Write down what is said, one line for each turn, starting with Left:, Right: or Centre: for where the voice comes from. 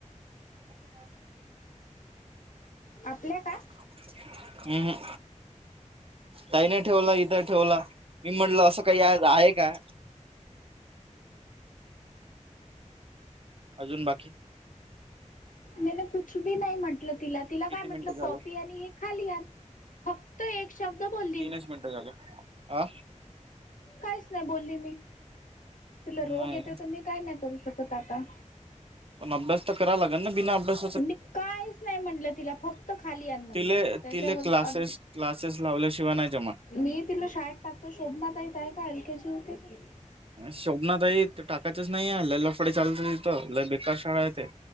Right: ह
Left: आपल्या का
Right: हम् हम काही नाही ठेवलं इथं ठेवलं मी म्हणलं असं काही आहे का अजून बाकी
Left: मी कु बी नाही म्हंटलं तिला तिला
Right: किती
Left: काय म्हंटलं
Right: मिनिटं झालं
Left: कॉपी आणि हे खाली फक्त एक शब्द बोलले
Right: तीनच मिनटं झाली ह
Left: काईच नाय बोलली मी तिला रोग
Right: नाही
Left: येतय त मी काय नाय करू शकत आता
Right: पण अभ्यास त कराय लागनं ना बिना अभ्यास
Left: मी काईच नाय म्हणलं तिला फक्त खाली आणं म्हणलं
Right: तिले
Left: होतं त्याच्यावर
Right: तिले क्लासेस
Left: अ
Right: क्लासेस लावल्याशिवाय नाय जमण
Left: मी तिला शाळेत टाकतो शोभनातायेत आहे का L K G U K G
Right: शोभनाताई ते टाकायचंच नाहीये लय लफडे चालत तिथं लय बेकार शाळा हाय ते